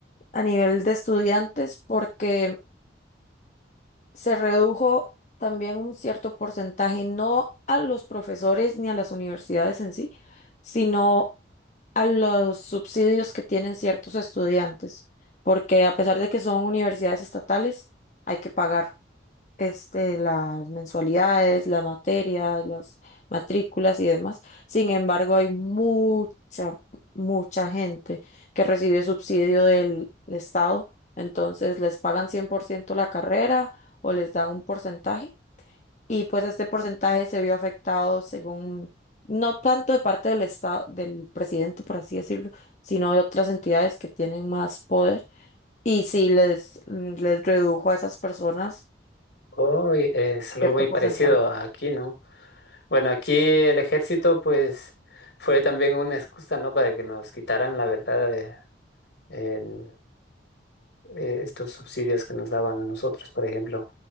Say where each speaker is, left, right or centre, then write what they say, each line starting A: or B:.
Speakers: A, on the left; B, on the left.
A: a nivel de estudiantes porque se redujo también un cierto porcentaje, no a los profesores ni a las universidades en sí, sino a los subsidios que tienen ciertos estudiantes, porque a pesar de que son universidades estatales, hay que pagar este, las mensualidades, las materias, las matrículas y demás. Sin embargo, hay mucha, mucha gente que recibe subsidio del Estado, entonces les pagan 100% la carrera o les dan un porcentaje. Y pues este porcentaje se vio afectado según, no tanto de parte del estado, del presidente, por así decirlo, sino de otras entidades que tienen más poder. Y sí les, les redujo a esas personas
B: Oh, y es algo
A: cierto
B: muy
A: porcentaje.
B: parecido aquí, ¿no? Bueno, aquí el ejército, pues, fue también una excusa, ¿no? Para que nos quitaran, la verdad, eh, el- eh, estos subsidios que nos daban a nosotros. Por ejemplo,